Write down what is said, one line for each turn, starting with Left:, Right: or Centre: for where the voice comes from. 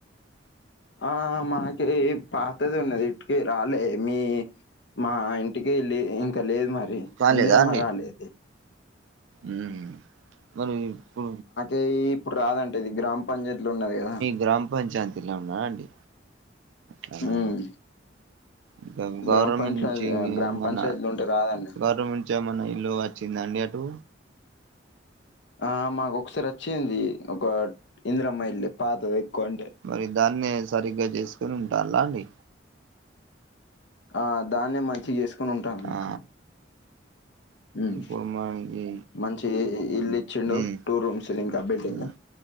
Left: ఆ మాకి పాతది ఉన్నది ఇటికే రాలే మీ మా ఇంటికి ఏళ్లి ఇంకా లేదు మరి
Right: కాలేదా
Left: ఇందిరమ్మ
Right: అండి
Left: రాలేది
Right: ఉమ్ మరి ఇప్పు
Left: ఇ ఇప్పుడు రాదంట ఇది గ్రామ పంచాయతీ లో ఉన్నది కదా
Right: గ్రామ్పంచాయ తిన్నామా అండి అవునా
Left: ఉమ్
Right: ఇంకా గవర్నమెంట్
Left: గ్రామ పంచాయత్
Right: నుంచి
Left: గ్రామ
Right: మన
Left: పంచాయతీలో ఉంటే రాదండి
Right: గవర్నమెంట్ ఇచ్చ మన ఇల్లు వచ్చిందాండి అటు
Left: ఆ మాకు ఒకసారి వచ్చింది ఒక ఇందిరమ్మ ఇళ్లు పాతదికొంటే
Right: మరి దాన్నే సరిగ్గా చేసుకుని ఉంటాల్లా అండి
Left: ఆ దాన్నే మంచిగా చేసుకుని ఉంటాళ్లు మా
Right: ఆ
Left: అక్కడ వ్మ్
Right: ఇప్పుడు మనకి
Left: మంచి ఇ ఇల్లు ఇచ్చిండు
Right: ఉమ్
Left: టూ రూమ్స్ ఇంకా బిల్డింగ్
Right: ఉమ్